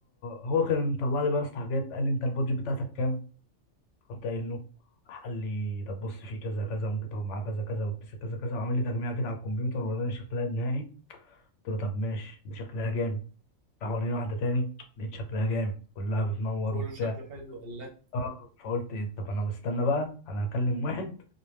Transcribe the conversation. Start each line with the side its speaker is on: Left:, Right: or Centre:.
Left: هو كان مطلع لي بقى يا اسطى حاجات قال لي انت البادجت بتاعتك كام رحت قايل له قال لي طب بص في كذا كذا ممكن تاخد معاه كذا كذا وكذا كذا كذا وعامل لي تجميع كده على الكمبيوتر وراني شكلها النهائي قلت له طب ماشي دي شكلها جامد راح وريني واحده تاني لقيت شكلها جامد كلها بتنور
Right: تقول
Left: وبتاع
Right: له شكله حلو ولا
Left: اه فقلت ايه طب انا مستنى بقى انا هكلم واحد